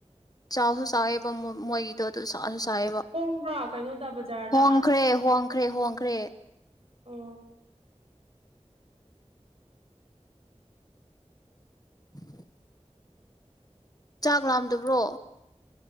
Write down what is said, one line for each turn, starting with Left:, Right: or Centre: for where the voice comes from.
Left: ꯆꯥꯛꯁꯨ ꯆꯥꯛꯑꯦꯕ ꯃꯣꯏꯒꯤꯗꯣ ꯑꯗꯨ ꯆꯥꯛꯁꯨ ꯕ
Right: ꯍꯣꯡꯕ꯭ꯔꯥ ꯀꯩꯅꯣꯗ ꯕꯖꯥꯔꯗ
Left: ꯍꯣꯡꯈ꯭ꯔꯦ ꯍꯣꯡꯈ꯭ꯔꯦ ꯍꯣꯡꯈ꯭ꯔꯦ
Right: ꯎ
Left: <unintelligible> ꯆꯥꯛ ꯂꯥꯝꯗꯕ꯭ꯔꯣ